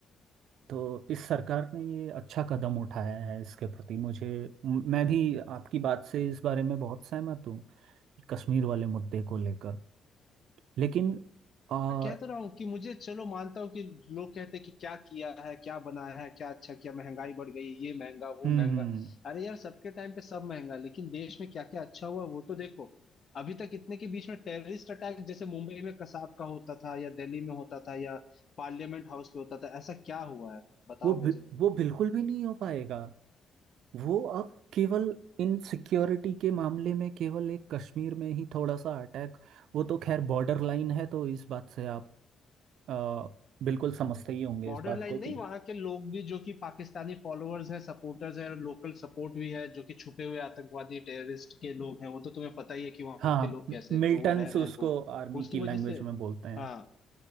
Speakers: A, on the right (about 80°); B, on the left (about 50°).
A: तो इस सरकार ने ये अच्छा कदम उठाया है इसके प्रति मुझे म- मैं भी आपकी बात से इस बारे में बहुत सहमत हूँ कश्मीर वाले मुद्दे को लेकर लेकिन आ, हम्म
B: मैं कह तो रहा हूँ कि मुझे चलो मानता हूँ कि लोग कहते हैं कि क्या किया है क्या बनाया है क्या अच्छा किया महंगाई बढ़ गई ये महंगा वो
A: हम्म,
B: महंगा अरे यार सबके टाइम पे सब महंगा लेकिन देश में क्या क्या अच्छा हुआ वो तो देखो अभी तक इतने के बीच में टेररिस्ट अटैक जैसे मुंबई में कसाब का होता था या दिल्ली में होता था या पार्लियामेंट हाउस पे होता था ऐसा क्या हुआ है बताओ
A: वो
B: मुझे
A: बि- वो बिल्कुल भी नहीं हो पाएगा वो अब केवल इन सिक्योरिटी के मामले में केवल एक कश्मीर में ही थोड़ा सा अटैक वो तो खैर बॉर्डर लाइन है तो इस बात से आप आ, बिल्कुल समझते ही होंगे
B: बॉर्डर
A: इस बात
B: लाइन
A: को
B: नहीं
A: कि
B: वहां के लोग भी जो कि पाकिस्तानी फॉलोअर्स हैं सपोर्टर्स हैं लोकल सपोर्ट भी है जो कि छुपे हुए आतंकवादी टेररिस्ट के लोग हैं वो तो तुम्हें पता ही है कि वहां
A: हाँ
B: के लोग कैसे
A: मिलिटेंट्स
B: हैं, तो वो रह रहे
A: उसको
B: हैं तो
A: आर्मी
B: उसकी
A: की लैंग्वेज
B: वजह से
A: में बोलते हैं
B: हाँ